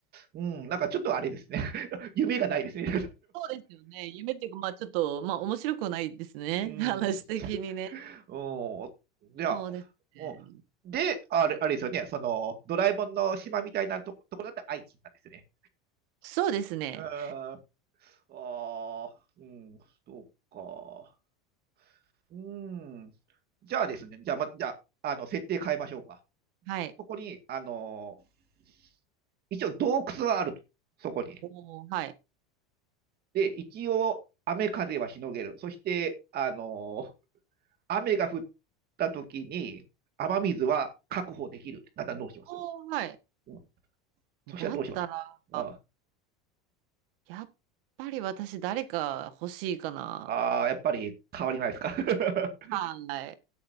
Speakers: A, on the right; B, on the right.
A: うん、なんかちょっとあれですね。<laughs> 夢がないですね。
B: そうですよね。夢っていうか、まあちょっと、まあ面白くないですね。
A: <laughs> うん。
B: <laughs> 話的にね。
A: うん。じゃあ、
B: そうですね。
A: うんで、あれ、あれですよね。その、ドラえもんの島みたいなとこ、ところだって愛知なんですね。
B: そうですね。
A: うん。ああ、うん、そうか。うーん。じゃあですね、じゃあ、ま、じゃあ、あの、設定変えましょうか。
B: はい。
A: ここに、あのー一応洞窟はあると。そこに。
B: おー、はい。
A: で、一応、雨風はしのげる。そして、あのー雨が降った時に、雨水は確保できる。だったらどうします、
B: おー、はい。
A: うん、
B: だったら、
A: そしたらどうしますあ
B: やっぱり私誰か欲しいかな。
A: あー、やっぱり変わりないですか <laughs>
B: はい。